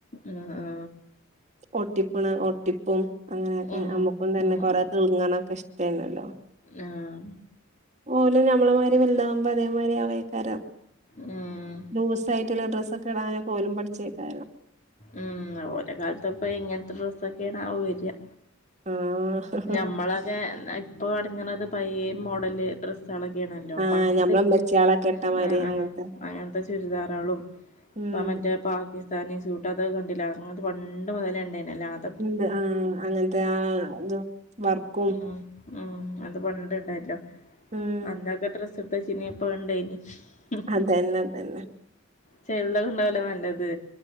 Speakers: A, on the left; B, on the right.
A: ആ ആ
B: ഒട്ടിപ്പണ് ഒട്ടിപ്പും അങ്ങനെയൊക്കെ
A: ഉം.
B: അമ്മുക്കും തന്നെ
A: ഉം
B: കൊറെ
A: ഉം.
B: തെളുങ്ങാനൊക്കെ ഇഷ് തെല്ലല്ലാ
A: ആഹ്
B: ഓല് ഞമ്മളെ മാതിരി വലുതാവ്മ്പതേമാരി ആവൊയ്ക്കാരം
A: ഉം.
B: ലൂസ് ആയിട്ടുള്ള ഡ്രസ്സൊക്കെ ഇടാനൊക്കെ ഓലും പട്‌ച്ചേക്കാരം
A: ഉം ഓരെ കാലത്ത് പ്പ എങ്ങൻത്തെ ഡ്രസ്സൊക്കെണവ വര
B: ആഹ്
A: ഞമ്മളതെ ഇപ്പൊ അട്‌ങ്ങ്ണത് പയേ മോഡല് ഡ്രസ് സോളൊക്കെണല്ലോ
B: ആഹ്
A: പണ്ട്
B: ഞമ്മളെ ഇമ്മച്ചിയാളൊക്കെ ഇട്ടമാതിരി
A: ആ ആ
B: അങ്ങനത്തെ
A: അങ്ങനത്തെ ചുരിദാറാളും
B: ഉം
A: ഇപ്പ മറ്റേ പാക്കിസ്ഥാനി സൂട്ട് അതൊക്കെ കണ്ടിലെ അങ്ങൻത്തെ പണ്ട് മുതലേ ണ്ടായിനില്ലൊ അൻ
B: ണ്ട് ആഹ് അങ്ങൻത്തെ ആ തും വർക്കും
A: ഉം ഉം അത് പണ്ട്ണ്ടായിറ്റ്ലോ
B: ആഹ്
A: അന്നത്തെ ഡ്രസ്സ് എട്ത്തചീന്യേ പ്പടെണ്ടയ്നി ഹ് ഹ്
B: അതന്നെ
A: ഹ്
B: അതന്നെ
A: ചെലഹ്ണ്ടാവല്ലോ നല്ലത്